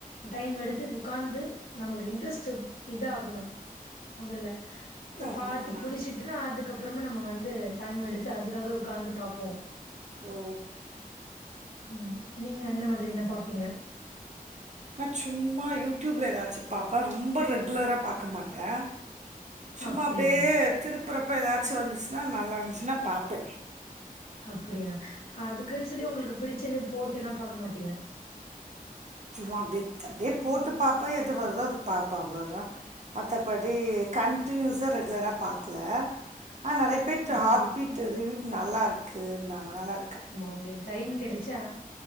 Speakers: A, on the left; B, on the right.
A: டைம் எடுத்து உக்காந்து நம்மளுக்கு இன்ட்ரெஸ்ட் இதா ஆகணு மொதல்ல இப்ப
B: ஆமா
A: பாத்து
B: ஆமா
A: புடிச்சிட்டு இதா அதுக்குப் அப்புறம நம்ம வந்து டைம் எடுத்து அதுக்காக ஒக்காந்து பாப்போ
B: ஓ
A: ம் நீங்க இந்த மாதிரி என்ன பாப்பீங்க
B: நா சும்மா யூடியூப்ல ஏதாச்சி பாப்பே ரொம்ப ரெகுலரா பாக்க மாட்ட சும்மா
A: அப்படியா?
B: அப்டே திருப்புறப்ப ஏதாச்சி வந்துச்சுன்னா நல்லா இருந்துச்சுன்னா பாப்பே
A: அப்புடியா அதுக்குன்னு சொல்லி உங்களுக்கு புடிச்சது போட்டு எல்லா பாக்க மாட்டீங்க
B: சும்மா அப்டி அப்டியே போட்டு பாப்பே எது வருதோ அது பாப்பே அவ்ளதா மத்தப்படி கன்டினியூஸா ரெகுலரா பாக்கல ஆனா நறைய பிட்
A: அப்படியா?
B: ஹார்ட் பீட் ரிவியூ நல்லா இருக்குனாங்கலா அதனால
A: ஆமா உங்களுக்கு டைம் கெடைச்சா